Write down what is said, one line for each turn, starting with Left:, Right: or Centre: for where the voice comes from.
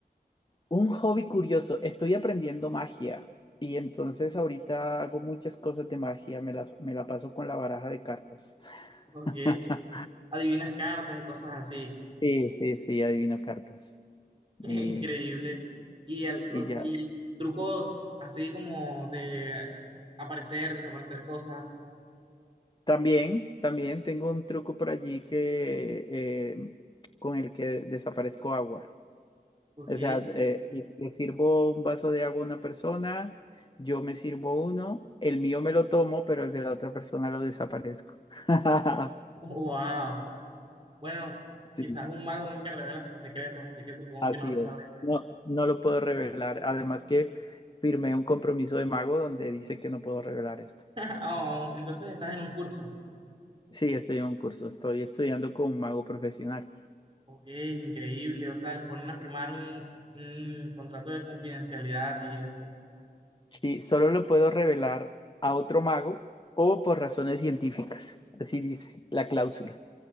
Left: Un hobby curioso, estoy aprendiendo magia y entonces ahorita hago muchas cosas de magia, me la, me la paso con la baraja de cartas.
Right: Ok,
Left: <laughs>
Right: adivinas cartas y cosas así.
Left: Sí, sí, sí, adivino cartas
Right: <laughs>
Left: y,
Right: Increíble. Y, al- os-
Left: y ya.
Right: y trucos así como de aparecer, desaparecer cosas.
Left: También, también tengo un truco por allí que eh, con el que desaparezco agua.
Right: Ok,
Left: O sea, eh, le le sirvo un vaso de agua a una persona, yo me sirvo uno, el mío me lo tomo, pero el de la otra persona lo desaparezco. <laughs>
Right: <laughs> wow. Bueno,
Left: Sí,
Right: quizás un mago nunca revela sus secretos, así que supongo
Left: así
Right: que no lo sabré.
Left: es. No, no lo puedo revelar. Además que firmé un compromiso de mago donde dice que no puedo revelar esto.
Right: <laughs> Oh, entonces estás en un curso.
Left: Sí, estoy en un curso, estoy estudiando con un mago profesional.
Right: Ok, increíble. O sea, les ponen a firmar un, un contrato de confidencialidad y eso.
Left: Sí, solo lo puedo revelar a otro mago o por razones científicas. Así dice la cláusula.